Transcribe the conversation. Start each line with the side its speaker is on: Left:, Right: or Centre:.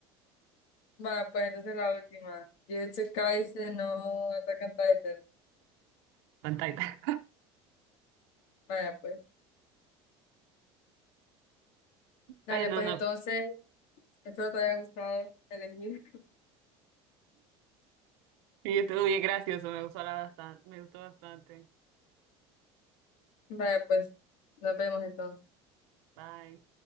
Left: <laughs> Vaya, pues entonces la última. Jujutsu Kaisen o Attack on Titan.
Right: Pantalla.
Left: Vaya, pues. Dale,
Right: Bueno,
Left: pues
Right: no.
Left: entonces, espero te haya gustado elegir.
Right: Y estuvo bien gracioso, me gustó la- bastante, me gustó bastante.
Left: <laughs> Vaya, pues, nos vemos entonces.
Right: Bye.